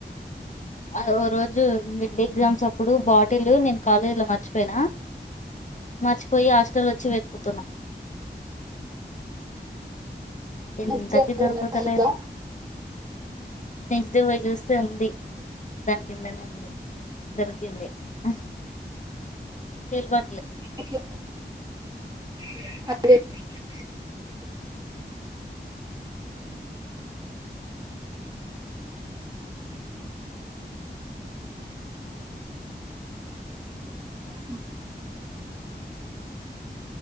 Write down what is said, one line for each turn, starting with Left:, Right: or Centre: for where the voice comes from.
Left: ఒకరోజు మిడ్డే ఎగ్జామ్స్ అప్పుడు బాటిలు నేను కాలేజీ లో మర్చిపోయినా మర్చిపోయి హాస్టల్ తులోచ్చి వెతుకుతున్నా ఎంతకి
Right: నెక్స్ట్ డే
Left: దొరుకుతలేదు
Right: ఉందా ఉందా
Left: నెక్స్ట్డే పోయ్ చుస్ తుంది దాని కిందనే ఉంది దొరికింది <unintelligible> బండ్లు
Right: ఓకే <inaudible> మ్